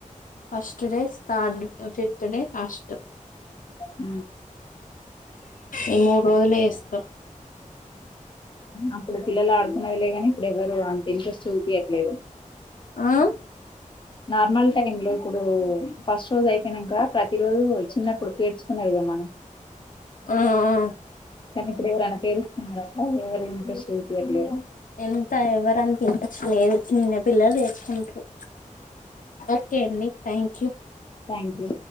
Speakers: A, on the left; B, on the left.
A: ఫస్ట్ డే స్ర్ ఫిఫత్ డే లాస్ట్
B: అ
A: ఈ మూడు రోజులేస్తాం
B: అప్పుడు పిల్లలు ఆడుకున్నదిలే కాని ఇప్పుడు ఎవ్వరు అంత ఇంట్రెస్ట్ చూపియట్లేరూ
A: ఆ
B: నార్మల్ టైమ్ లో ఇప్పుడు ఫస్ట్ రోజు అయిపోయినాక ప్రతి రోజు చిన్నప్పుడు పేర్చుకు అగ మని
A: ఆ ఆ
B: కానీ ఇప్పుడు ఎవరన్న ఇరుస్తున్నార ఎవరు ఇంట్రెస్ట్ చూపీయట్లేరా
A: ఎంత ఎవరని అంత ఇంట్రెస్ట్ లేదు చిన్న పిల్లలు తెసుకుంటూరూ ఓకే అండి థ్యాంక్ యూ
B: థ్యాంక్ యూ